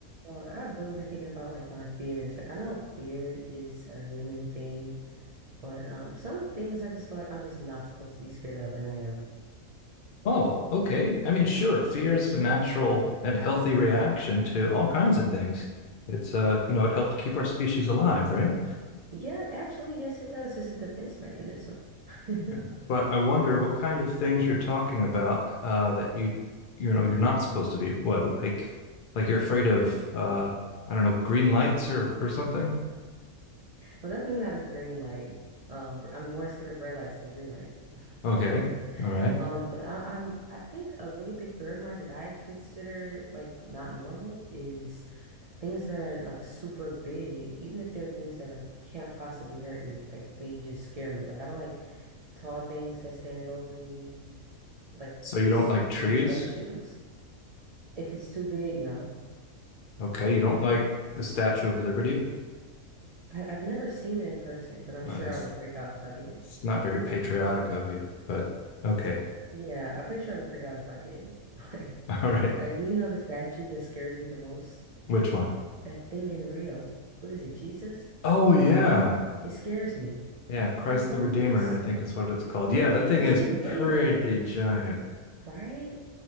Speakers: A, on the right; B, on the left.
A: So I've really been thinking about like my fears. Like I know fear is a human thing, but um some things I just feel like I'm just not supposed to be scared of, and I am.
B: Oh, okay. I mean, sure, fear is a natural and healthy reaction to all kinds of things. It's uh, you know, it helped keep our species alive, right?
A: Yeah, actually, yes, it does. It's a defense mechanism. <laughs>
B: Yeah. But I wonder what kind of things you're talking about uh that you you know, you're not supposed to be what like like you're afraid of uh I don't know, green lights or or something?
A: Well, definitely not a green light. Um, I'm more scared of red lights than green lights. <laughs>
B: Okay. All right.
A: Um, but I, I'm I think a really big fear of mine that I consider like not normal is things that are like super big, even if they're things that like can't possibly hurt me, like they just scare me. Like I don't like tall things that stand over me, like
B: So you
A: super
B: don't like trees?
A: huge statues. If it's too big, no.
B: Okay, you don't like the Statue of Liberty?
A: I I've never seen it in person, but I'm sure
B: Uh, that's
A: I would freak out if I did.
B: it's not very patriotic of you, but okay.
A: Yeah, I'm pretty sure I would freak out if I did. <laughs> Like,
B: <laughs> All right.
A: like, do you know the statue that scares me the most?
B: Which one?
A: That thing in Rio. What is it, Jesus?
B: Oh yeah.
A: It scares me.
B: Yeah,
A: It's
B: Christ
A: humongous.
B: the Redeemer, I think is what it's called.
A: Yeah,
B: Yeah, that
A: it is.
B: thing is
A: Who made
B: pretty
A: that?
B: giant.
A: Right?